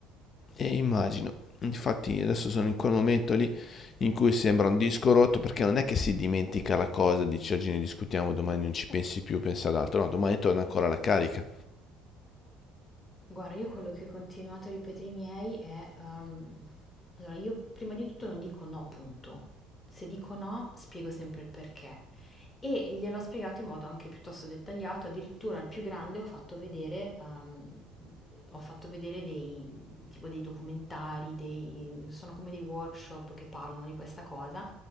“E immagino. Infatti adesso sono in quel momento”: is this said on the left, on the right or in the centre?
Left